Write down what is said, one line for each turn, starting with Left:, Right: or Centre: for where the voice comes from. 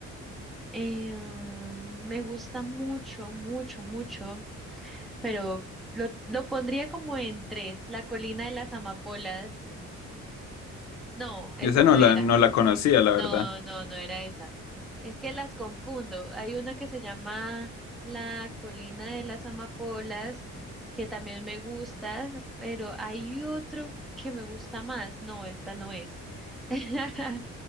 Centre: Eh, me gusta mucho, mucho, mucho. pero lo, lo pondría como en tres, La colina de las amapolas. No, esa
Left: Yo esa
Centre: no
Left: no
Centre: era.
Left: la, no la conocía, la
Centre: No,
Left: verdad.
Centre: no, no era esa. Es que las confundo. Hay una que se llama La colina de las amapolas, que también me gusta, pero hay otro que me gusta más. No, esta no es. <laughs>